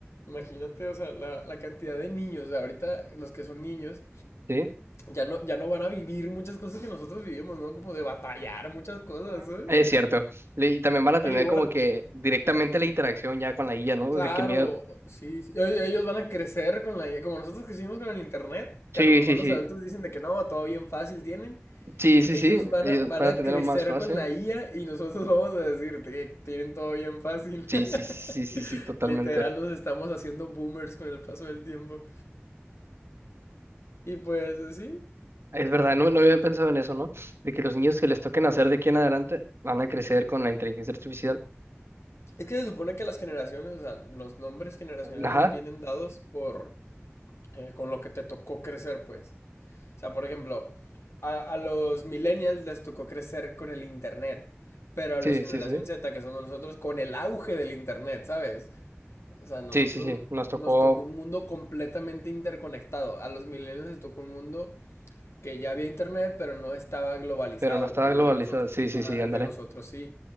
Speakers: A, on the left; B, on the right.
A: imagínate, o sea, la, la cantidad de niños, o sea, ahorita los que son niños,
B: Sí,
A: ya no, ya no van a vivir muchas cosas que nosotros vivimos, ¿no? Como de batallar muchas cosas,
B: Mm.
A: ¿sabes?
B: es cierto. Le- Y también van a tener
A: E igual,
B: como que directamente la interacción ya con la guía, ¿no?
A: claro,
B: O sea, qué miedo.
A: sí, sí, e- ellos van a crecer con la IA, como nosotros crecimos con el internet,
B: Sí,
A: que a lo mejor
B: sí,
A: los
B: sí.
A: adultos dicen de que no, todo bien fácil tienen,
B: Sí, sí,
A: Ellos
B: sí.
A: van
B: Ellos
A: a, van
B: van
A: a
B: a tenerlo
A: crecer
B: más fácil.
A: con la IA y nosotros vamos a decir que tienen todo bien fácil.
B: Sí, sí, sí, sí, sí, sí,
A: <laughs>
B: totalmente.
A: Literal, nos estamos haciendo boomers con el paso del tiempo. Y pues así.
B: Es verdad, no, no había pensado en eso, ¿no? De que los niños que les toquen hacer de aquí en adelante van a crecer con la inteligencia artificial.
A: Es que se supone que las generaciones, o sea, los nombres generacionales
B: Ajá.
A: vienen dados por eh, con lo que te tocó crecer, pues. O sea, por ejemplo, a, a los millennials les tocó crecer con el internet, pero a
B: Sí,
A: los generación
B: sí, sí.
A: Z, que somos nosotros, con el auge del internet, ¿sabes? O sea, a nosotros
B: Sí, sí, sí. Nos tocó,
A: nos tocó un mundo completamente interconectado. A los millennials les tocó un mundo que ya había internet, pero no estaba globalizado,
B: pero no está
A: pues
B: globalizado.
A: el de nosotros,
B: Sí, sí,
A: ajá,
B: sí, ándale.
A: el de nosotros sí.